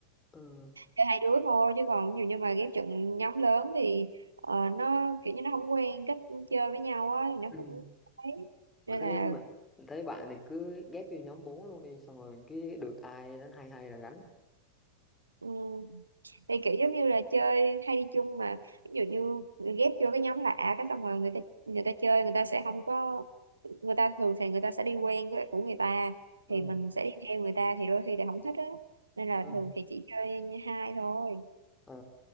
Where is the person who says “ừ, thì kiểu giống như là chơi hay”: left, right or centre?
Right